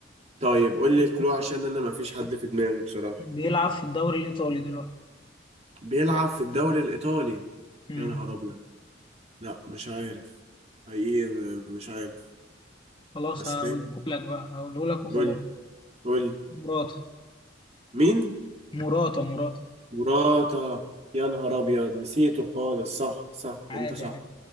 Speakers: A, on the right (about 35°); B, on the left (about 25°).
A: طيب قول لي الكلو عشان أنا مفيش حد في دماغي بصراحة
B: بيلعب في الدوري الايطالي دلوقتي
A: بيلعب في الدوري الإيطالي
B: امم
A: يا نهار أبيض لا مش عارف حقيقي مش عارف
B: خلاص
A: اسباني
B: هقوله لك بقى هقوله لك وخلاص
A: قول قول
B: مراته
A: مين
B: مراته مراته
A: مراتا يا نهار ابيض نسيته خالص صح صح
B: عادي
A: انت صح
B: عادي